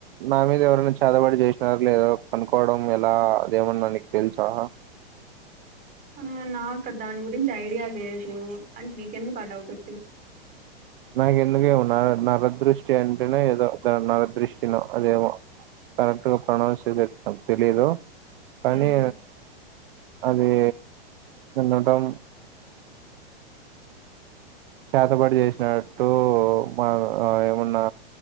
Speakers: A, on the right (about 60°); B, on the right (about 25°).
A: నా మీద ఎవరు చేతబడి చేసినారు లేద కనుకోవడం ఎలా అదేమన్నా నీకు తెల్సా
B: ఆ నాకు దాని గురించి ఐడియా లేదు అంటే నీకెందుకు ఆ డౌట్ వ
A: నాకు ఎందుకే నా నా నరదృష్టి అంటేనే ఏదో నరదృష్టినో అదేమో కరెక్ట్ గా ప్రణౌన్స్ ద తెలీయదు కానీ
B: ఉమ్
A: అది ఉండటం చేతబడి చేసినట్టు మా ఏమన్నా